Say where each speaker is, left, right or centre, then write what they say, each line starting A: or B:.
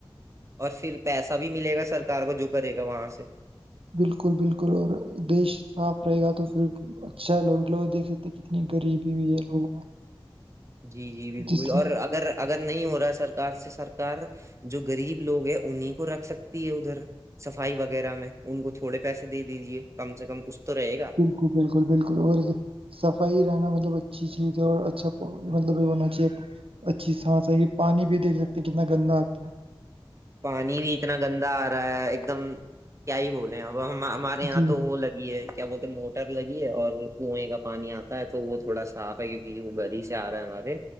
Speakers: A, on the right; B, on the right.
A: اور پھر پیسہ بھی ملے گا سرکار کو جو کرے گا وہاں سے
B: بالکل بالکل اور دیش صاف رہے گا تو پھر اچھا لوگوں کے لوگ دھ سکتے ہیں کتنی غریبی ہوئی ہے لوگوں میں
A: جی جی بالکل
B: جس سے
A: اور اگر اگر نہیں ہو رہا ہے سرک سے سرکار جو غریب لوگ ہے انہیں کو رکھ سکتے تی ہے ادھر سفائی وغیرہ میں ان کو تھوڑے پیسے دے دیجے کم سے کم کچھ تو رہے گا
B: بالکل بالکل بالکل اور صفائی رہنا مطلب اچھی چیز ہے اور اچھا مطلب ہونا چاہیے اچھی سانس ہے یہ پانی بھی دیکھ سکتے ہیں کتنا گندا آتا ہے
A: پانی بھی اتنا گندا آ رہا ہے ایک دم کیا ہی بولے ہیں آپ ہم ہمارے
B: ہے
A: یہاں
B: جی
A: تو وہ لگی ہے کیا بولتے ہیں موٹر لگی ہے اور کنویں کا پانی آتا ہے تو وہ تھوڑا صاف ہے کیونکہ وہ گری آ رہا ہمارے